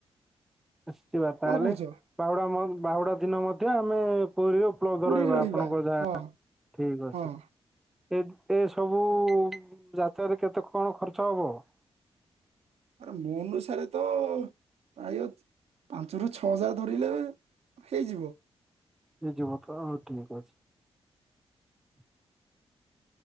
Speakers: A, in the centre; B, on the right.
A: ଆସିବା ତାହେଲେ
B: କଣ କହୁଛ
A: ବାହୁଡା ବାହୁଡା ଦିନ ମଧ୍ୟ ଆଉ ମେଁ ପୁରୀରେ ଉପଲବ୍ଧ
B: ପୁରୀରେ
A: ରହିବ
B: ରହିବା
A: ଆପଣଙ୍କ ଯାହା
B: ହଁ
A: ଠିକ ଅଛି
B: ହଁ
A: <inaudible> ଏ ଏସବୁ ହୁଁ। ଯାତ୍ରା ରେ କେତେ କଣ ଖର୍ ଛବ। <inaudible>
B: ଆରେ ମୋ ଅନୁସାରେ ତ ପ୍ରାୟ ପାଞ୍ଚରୁ ଛଅ ହଜାର ଧରିଲେ ହେଇଯିବ।
A: <unintelligible>